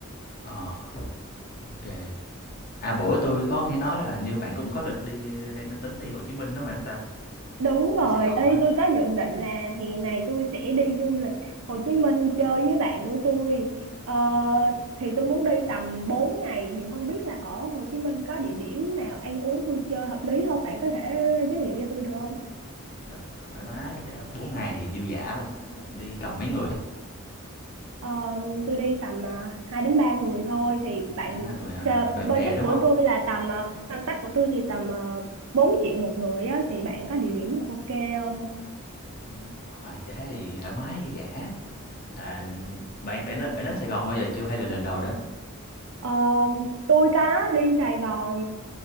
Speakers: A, on the left; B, on the right.
A: ờ, ok À, bữa tôi có nghe nói là hình như bạn cũng có lịch đi, đang tính đi Hồ Chí Minh đó phải không ta?
B: đúng rồi
A: Đi Sài Gòn
B: ê
A: phải không?
B: tôi có dự định là hè này tôi sẽ đi du lịch Hồ Chí Minh chơi với bạn của tôi ờ, thì tôi muốn đi tầm bốn ngày thì không biết là ở Hồ Chí Minh có địa điểm nào ăn uống vui chơi hợp lý không bạn có thể giới thiệu cho tôi được không
A: Được, thoải mái, đấy là 4 ngày thì dư dả luôn, bạn đi tầm mấy người?
B: Ờ, tôi đi tầm uh, 2 đến 3 người thôi thì bạn
A: hai 3 người, à,
B: ờ,
A: bạn
B: budget
A: bè, đúng
B: của
A: không?
B: tôi là tầm ờ, ngân sách của tôi thì tầm uh, 4 triệu một người á thì bạn có địa điểm nào ok không?
A: Ừm, ờ, thế thì thoải mái dư dả. À, bạn bạn đến bạn đến Sài Gòn bao giờ chưa hay là lần đầu đến?
B: Ờ, tôi có đi Sài Gòn